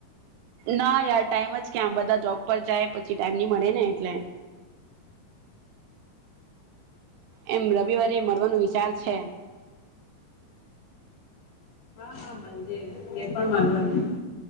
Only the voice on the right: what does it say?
ના યાર ટાઈમ જ ક્યા બધા જોબ પર જાય પછી ટાઈમ નની મળે ને એટલે. એમ રવિવારે મળવાનો વિચાર છે.